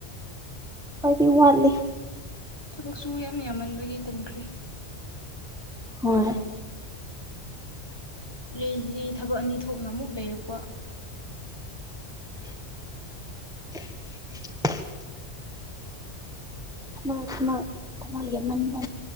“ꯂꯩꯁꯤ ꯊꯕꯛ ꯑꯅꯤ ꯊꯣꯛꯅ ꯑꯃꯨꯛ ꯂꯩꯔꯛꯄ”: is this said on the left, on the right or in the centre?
Left